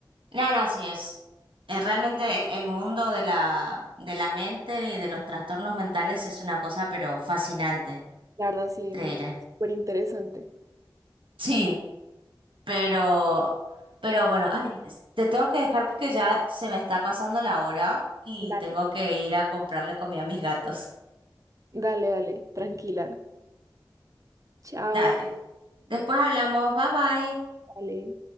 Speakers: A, on the right (about 80°); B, on the right (about 40°).
A: No, no, sí es. eh, realmente el, el mundo de la, de la mente y de los trastornos mentales es una cosa, pero fascinante,
B: La verdad, sí,
A: te diré.
B: súper interesante.
A: Sí, pero, pero bueno, ay, s- te tengo que dejar porque ya se me está pasando la hora y
B: Dale.
A: tengo que ir a comprarle comida a mis gatos.
B: Dale, dale, tranquila. Chao,
A: Dale. Después hablamos. Bye bye.
B: dale.